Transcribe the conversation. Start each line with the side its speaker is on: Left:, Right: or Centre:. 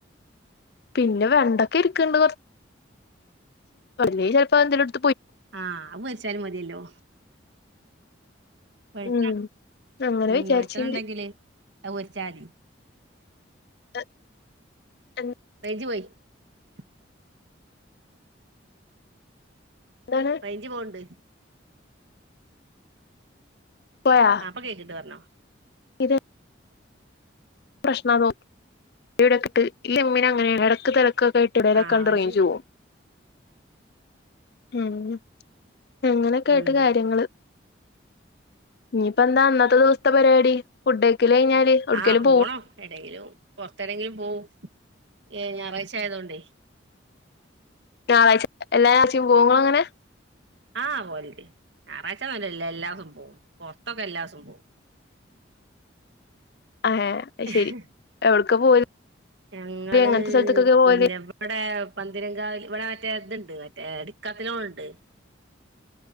Left: പിന്നെ വെണ്ടക്ക ഇരിക്ക്ണ്ട് കൊറച്ച് ചെലപ്പോ അന്തേല് എടു
Right: ആഹ് അവ് പൊരിച്ചാലും മതിയല്ലോ. വെളിച്ച
Left: ഉം അങ്ങനെ
Right: ഉം
Left: വിചാരിച്ചിണ്ട്
Right: വെളിച്ചെണ്ണ ഉണ്ടെങ്കില് അത് പൊരിച്ചാതി
Left: <unintelligible>
Right: <unintelligible>
Left: എന്താണ്
Right: റേഞ്ച് പോവ്ണ്ട്.
Left: പോയാ
Right: ആ ഇപ്പൊ കേക്കിണ്ട് പറഞ്ഞോ.
Left: ഇത് പ്രശ്നാ <unintelligible> ക്കെക്കായിട്ട് എടേലൊക്കാണ്ട്
Right: ആഹ് അത്
Left: റേഞ്ച്
Right: ശരി
Left: പോവും. ഉം എങ്ങനൊക്കെയ്‌ട്ട്
Right: ഉം
Left: കാര്യങ്ങള് ഇഞ്ഞിപ്പന്താ ന്നത്തെ ദിവസത്തെ പരിപാടി ഫുഡ കഴിഞ്ഞാൽ ആവുടുക്കേലും
Right: ആഹ് പോണം എവിടെങ്കിലും പൊറത്തെടെങ്കിലും പോവു ഏ് ഞായറാഴ്ച ആയതോണ്ടേ
Left: ഞായറാഴ്ച എല്ലാ ഞാറ്ച്ചയും പോങ്ങള അങ്ങനെ
Right: ആ പോലണ്ട് ഞാറാഴ്ച്ചനല്ല എല്ലാസും പോവും പൊറത്തൊക്കെ എല്ലാസും പോവും
Left: ഏഹ് അത് ശരി
Right: ഹ്
Left: എവിട്ക്കാ പോവല്
Right: ഞങ്ങള്
Left: എങ്ങനത്തെ സ്ഥലത്ത്ക്കൊക്കെ പോവല്
Right: പിന്നെവിടെ പന്തതിരംഗാവ ഇവിടെ മറ്റേ ഇതുണ്ട് മറ്റേ ഇടുക്കാത്തിലലോണ ഉണ്ട്